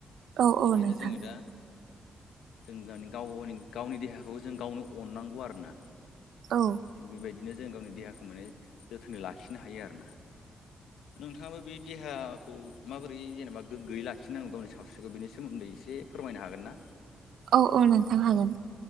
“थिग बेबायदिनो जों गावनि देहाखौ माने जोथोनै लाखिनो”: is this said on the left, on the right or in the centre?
Left